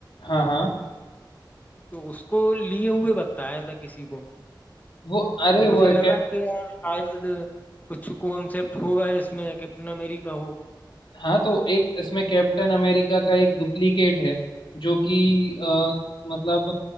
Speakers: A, on the left; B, on the left.
A: हाँ हाँ
B: तो उसको लिए हुए बताया था किसी को
A: वो अरे
B: तो मुझे
A: वो है
B: लगा कि यार शायद कुछ कॉन्सेप्ट होगा इसमें कैप्टन अमेरिका हो
A: हाँ तो एक इसमें कैप्टन अमेरिका का एक डुप्लीकेट है जो कि अ, मतलब